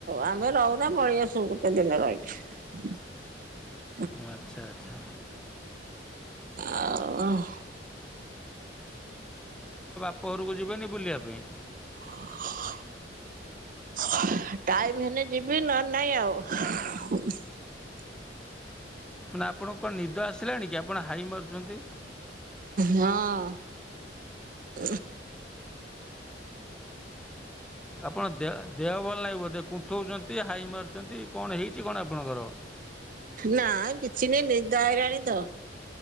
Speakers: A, on the right (about 50°); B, in the centre.
A: ଆମେ ରହୁନା ପଳେଇଆସୁ ଗୋଟେ ଦିନ ରହିକି। <unintelligible>
B: ଆଛା ଆଛା।
A: ଆ ଉ
B: ବାପଘରକୁ ଯିବେନି ବୁଲିବା ପାଇଁ?
A: ହଁ। ଟାଇମ ହେଲେ ଯିବି, ନ ହେଲେ ନାଇଁ ଆଉ।
B: ନା ଆପଣକୁ କଣ ନିଦ ଆସିଲାଣି କି? ଆପଣ ହାଇ ମାରୁଛନ୍ତି?
A: ହଁ। ଉ
B: ଆପଣ ଦେ ଦେହ ଭଲ ନାହିଁ ଉ ବୋଧେ କୁନ୍ଥଉଛନ୍ତି, ହାଇ ମାରୁଛନ୍ତି, କଣ ହେଇଛି କଣ ଆପଣଙ୍କର?
A: ନା କିଛି ନାହିଁ, ନିଦ ଆଇଲାଣି ତ।